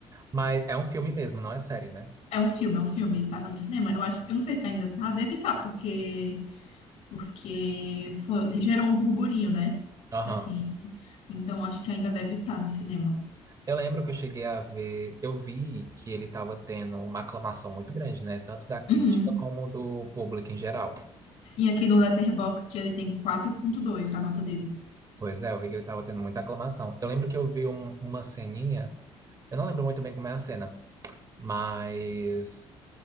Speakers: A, on the right (about 30°); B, on the left (about 75°).
A: Mas é um filme mesmo, não é série, né?
B: É um filme, é um filme. Tava no cinema. Eu acho, eu não sei se ainda tá, deve estar, porque porque foi- gerou um burburinho, né?
A: Aham.
B: Assim, então acho que ainda deve estar no cinema.
A: Eu lembro que eu cheguei a ver, eu vi que ele estava tendo uma aclamação muito grande, né? Tanto da crítica
B: Uhum.
A: como do público em geral.
B: Sim, aqui no Letterboxd ele tem 4.2 a nota dele.
A: Pois é, eu vi que ele estava tendo muita aclamação. Eu lembro que eu vi um- uma ceninha, eu não lembro muito bem como é a cena, mas